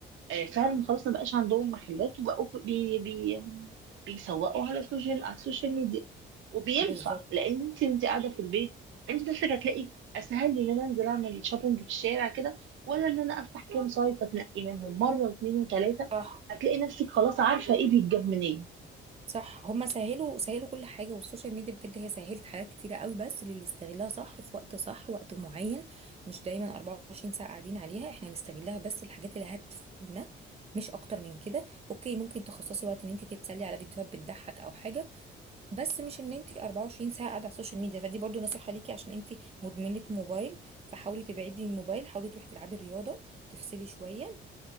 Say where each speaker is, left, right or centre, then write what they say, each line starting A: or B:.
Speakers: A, on the right; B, on the right.
A: آه، فعلا خلاص ما بقاش عندهم محلات وبقوا في- بي بي بيسوقوا على السوشيال على السوشيال ميديا وبينفع
B: بالظبط
A: لان انت وانت قاعده في البيت انت نفسك هتلاقي اسهل لي ان انا انزل اعمل شوبينج في الشارع كده ولا ان انا افتح كام سايت اتنقي منهم مره واثنين وثلاثه
B: صح
A: هتلاقي نفسك خلاص عارفه ايه بيتجاب منين
B: صح هما سهلوا سهلوا كل حاجة والسوشيال ميديا بجد هي سهلت حاجات كتيرة قوي بس للي يستغلها صح في وقت صح وقت معين مش دايما 24 ساعة قاعدين عليها احنا هنستغلها بس الحاجات اللي هتفيدنا مش اكتر من كده اوكي ممكن تخصصي وقت ان انت تتسلي على فيديوهات بتضحك او حاجة بس مش ان انت 24 ساعة قاعدة على السوشيال ميديا فدي برضو نصيحة ليكي عشان انت مدمنة موبايل فحاولي تبعدي الموبايل حاولي تروحي تلعبي رياضة تفصلي شوية